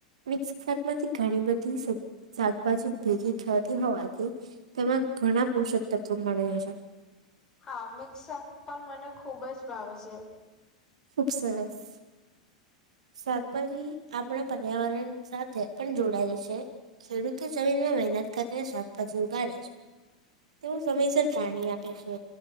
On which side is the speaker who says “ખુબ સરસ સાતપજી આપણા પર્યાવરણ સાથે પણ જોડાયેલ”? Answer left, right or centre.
Right